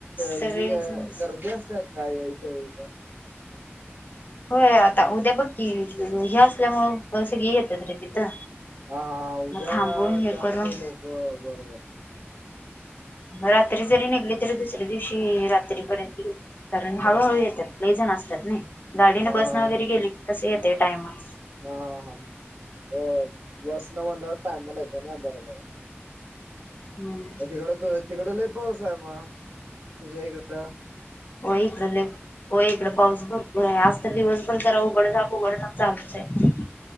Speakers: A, on the left; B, on the right.
A: सगळेच
B: म्हणजे गर्दी असत्या काय यायच्या वेळी पण?
A: होय आता उद्या बघकी हे असल्या मुळे सगळी येतात रे. तिथं.
B: हा हा उद्या
A: मग थांबून हे
B: जास्त
A: करून
B: लोक बरोबर.
A: रात्री जरी निघली तरी दुसऱ्या दिवशी रात्रीपर्यंत ये कारण हळूहळू
B: हा
A: येतात लई जण असतातनी गाडीने
B: हा
A: बसने वैगेरे गेलेले कसं येतय टाईमात.
B: हा हा हा बसन म्हंटल्यावर टायमला येत ना बरोबर आहे.
A: हम्म
B: म तिकड तू तिकड लई पाऊस आहे मग तुझ्या इकडं.
A: हो इकडे लय होय ईकड पाऊस भरपूर आहे आज तर दिवस पण जरा उकड-झाक, उगड-झाक चालू आहे.